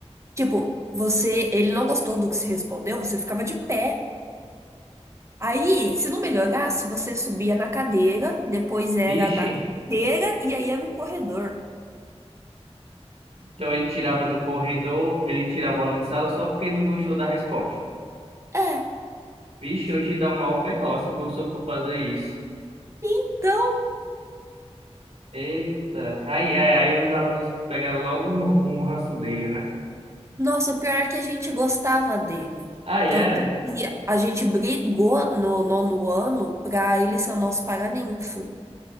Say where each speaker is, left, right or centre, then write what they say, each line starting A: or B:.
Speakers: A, on the right; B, on the right.
A: Tipo, você, ele não gostou do que você respondeu, você ficava de pé. Aí, se não melhorasse, você subia na cadeira, depois
B: Vixe,
A: era da cadeira e aí era o corredor.
B: então ele tirava do corredor, ele tirava o aluno de sala só porque não gostou da resposta.
A: É.
B: Vixe, hoje dá uma OBO se o professor for fazer isso.
A: então
B: Eita, aí, aí, aí os alunos pegaram logo um, um ranço dele, né?
A: Nossa, o pior é que a gente gostava dele.
B: Aí
A: Tanto
B: era.
A: que a gente brigou no nono ano pra ele ser o nosso paraninfo.